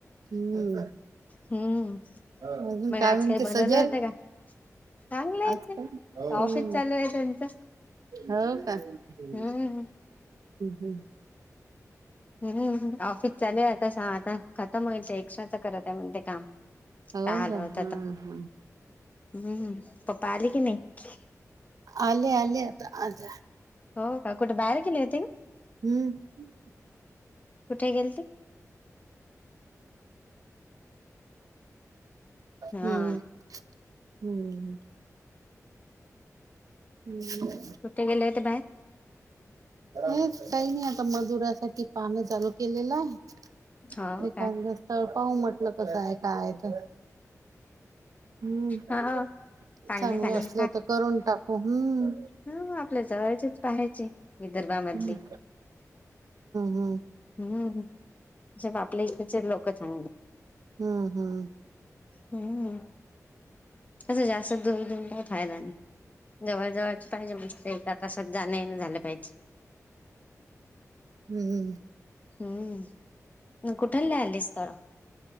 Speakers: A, on the right; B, on the left.
A: हम्म
B: हम्म
A: अजून
B: मग
A: काय
B: आज
A: म्हणते
B: काही
A: सजल
B: बनवलं होतं का चांगलं येत
A: आजकाल हम्म
B: ऑफिस चालू आहेेतंत
A: हो का हम्म
B: हम्म
A: हम्म
B: हम्म ऑफिस चालू आहे आता आता खतम होईल एक्स्ट्राच करत आहे म्हण ते काम
A: हो
B: काल
A: का
B: होतं
A: हा
B: त
A: हा
B: हम्म पप्पा आले की नाही
A: आली आली आता अता.
B: हो का कुठे बाहेर गेले होे का?
A: हम्म!
B: कुठे गेल? हा
A: हम्म! <inaudible> हम्म! ह, हम्!
B: तुठे गेले तर बाय.
A: हे काही नाही आता मजुरासाठी पानं चालू केलेलं आहे
B: हो
A: एखाद
B: काय
A: तळपाह म्हटलं कसं आहे काय तर. हम्म
B: हा चांगले
A: चांगलं
B: चांगले
A: असलं तर करून टाकू हम्म.
B: हा आपल्या जवळचेच पाहायचे विदर्भामधले.
A: हम्म हम्म
B: हम् ज आपल्या इचे लोक चांगले.
A: हम्म हम्म
B: हम्म तसं जास्त धरून धुरून काही फायदा नाही जवळजवळची पाहिजे म्हणजे एका तासात जाणे झालं पाहिजे
A: हम्म
B: हम्म कुठे ल आलेस तर